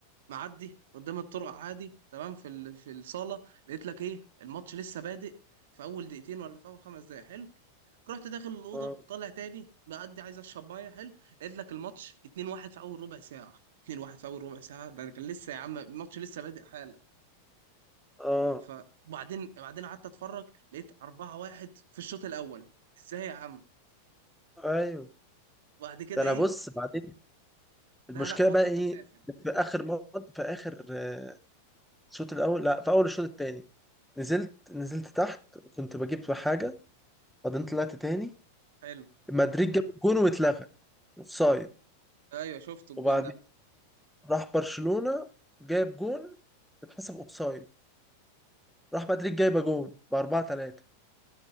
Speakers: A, on the right (about 55°); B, in the centre.
A: معدي قدام الطرق عادي تمام في ال... في الصالة لقيت لك ايه الماتش لسه بادئ في اول دقيقتين ولا في اول خمس دقايق حلو رحت داخل الاوضه
B: اه
A: طالع تاني معدي عايز اشرب ميه حلو لقيت لك الماتش 2-1 في اول ربع ساعه 2-1 في اول ربع ساعه ده أنا كان لسه يا عم الماتش لسه بادئ حالا
B: اه
A: فبعدين بعدين قعدت اتفرج لقيت 4-1 في الشوط الاول ازاي يا عم
B: ايوه
A: وبعد كده
B: ده انا
A: ايه
B: بص بعدين المشكله
A: لا لا ماتش
B: بقى ايه
A: كان سافل
B: في اخر مرة في اخر آه، الشوط الاول لا في اول الشوط التاني نزلت نزلت تحت كنت بجيب في حاجه بعدين طلعت تاني
A: حلو
B: مدريد جاب جون واتلغى اوفسايد
A: ايوه شفت الجون
B: وبعدين
A: ده
B: راح برشلونه جاب جون اتحسب اوفسايد راح مدريد جايبه جون ب 4 3